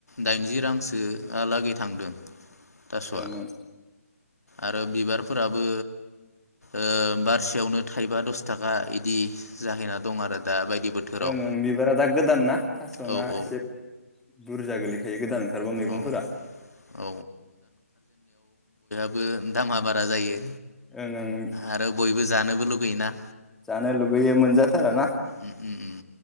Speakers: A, on the left; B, in the centre.
A: दाइनजि रांसोआलागै थांदों थास'आ
B: ओं ओं
A: आरो बिबारफोराबो ओ बारसेयावनो थाइबा दस थाखा इदि जाहैना दं आरो दा बायदि बोथोराव
B: ओं ओं बिबारा दा गोदान ना थास'ना
A: औ औ
B: एसे बुरजा गोलैखो दायो गोदान ओंखारबा मैगंफोरा
A: औ औ ओ दामा बारा जायो।
B: ओं ओं
A: आरो बयबो जानोबो लुगैयोना?
B: जानो लुगैयो मोनजाथार ना?
A: उम उम